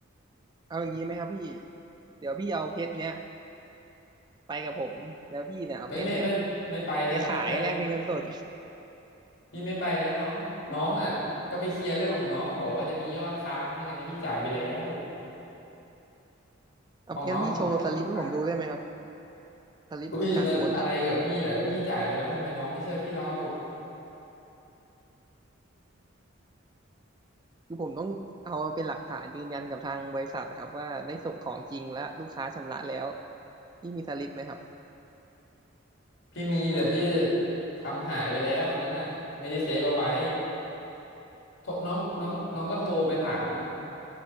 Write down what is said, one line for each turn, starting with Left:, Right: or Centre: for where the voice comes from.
Right: เอาอย่างนี้ไหมครับพี่เดี๋ยวพี่เอาเพชรเนี้ยไปกับผมแล้วพี่เนี่ยเอาเพชรเนี่ย
Left: ไม่ไม่ไม่ไม่ไปแล้วไม่ไปแล้ว
Right: ไปขายแลกเป็นเงินสด
Left: พี่ไม่ไปแล้วน้องน้องอ่ะก็ไปเคลียร์เรื่องของน้องบอกว่าจะมียอดค้างได้ไงพี่จ่ายไปแล้ว
Right: <laughs> ครับงั้นพี่โชว์สลิปให้ผมดูได้ไหมครับ
Left: ของน้องมันขึ้นว่ามันค้าง
Right: สลิปการโอนครับ
Left: อุ้ยมันอะไรกับพี่ล่ะก็พี่จ่ายไปแล้วทำไมน้องไม่เชื่อพี่เล่า
Right: คือผมต้องเอามาเป็นหลักฐานยืนยันกับทางบริษัทนะครับว่าได้ส่งของจริงและลูกค้าชำระแล้วพี่มีสลิปไหมครับ
Left: พี่มีแต่พี่ทำหายไปแล้วอันนั้นน่ะไม่ได้เซฟเอาไว้ โทรน้องน้องน้องก็โทรไปถาม